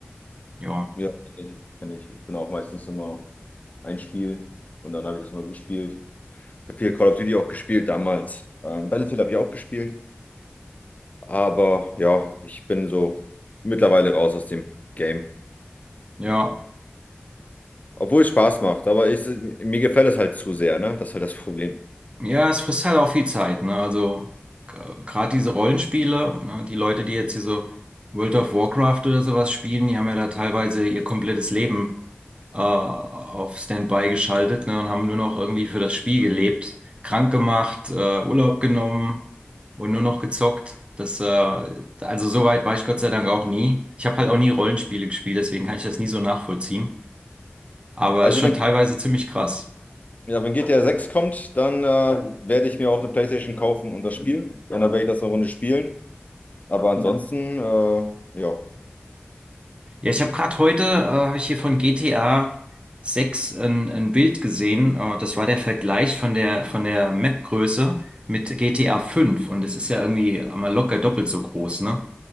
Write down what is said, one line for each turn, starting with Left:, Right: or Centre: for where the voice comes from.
Right: Ja,
Left: Ja, kenne ich, kenn ich. Ich bin auch meistens immer ein Spiel und dann habe ich das mal gespielt. Ich habe viel Call of Duty auch gespielt damals. Ähm, Battlefield habe ich auch gespielt. Aber ja, ich bin so mittlerweile raus aus dem Game.
Right: ja,
Left: Obwohl es Spaß macht, aber ich, mir gefällt es halt zu sehr, ne? Das ist halt das Problem.
Right: ja, es frisst halt auch viel Zeit, ne? Also gerade diese Rollenspiele, ne? Die Leute, die jetzt hier so World of Warcraft oder sowas spielen, die haben ja da teilweise ihr komplettes Leben äh, auf Standby geschaltet, ne, und haben nur noch irgendwie für das Spiel gelebt, krank gemacht, äh, Urlaub genommen und nur noch gezockt. Das, äh, also so weit war ich Gott sei Dank auch nie. Ich habe halt auch nie Rollenspiele gespielt, deswegen kann ich das nie so nachvollziehen. Aber
Left: Also
Right: ist schon
Left: wenn,
Right: teilweise ziemlich krass.
Left: ja, wenn GTA 6 kommt, dann äh, werde ich mir auch eine PlayStation kaufen und das Spiel. Und dann werde ich das eine Runde spielen. Aber ansonsten, äh, ja,
Right: Ja, ich habe gerade heute, äh, habe ich hier von GTA 6 ein, ein Bild gesehen. Äh, das war der Vergleich von der, von der Map-Größe mit GTA 5. Und es ist ja irgendwie mal locker doppelt so groß, ne?